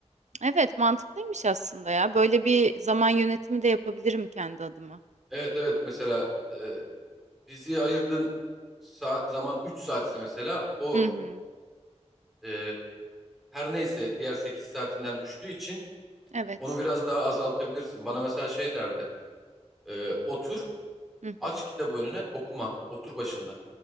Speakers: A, on the right (about 80°); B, in the centre.
A: Evet, mantıklıymış aslında ya. Böyle bir zaman yönetimi de yapabilirim kendi adıma.
B: Evet evet mesela e, diziye ayırdığın sa- zaman 3 saatse mesela o
A: Hı hı.
B: e, her neyse diğer 8 saatinden düştüğü için
A: Evet.
B: onu biraz daha azaltabilirsin. Bana mesela şey derdi. e, otur,
A: Hı hı.
B: aç kitabı önüne, okuma. Otur başında.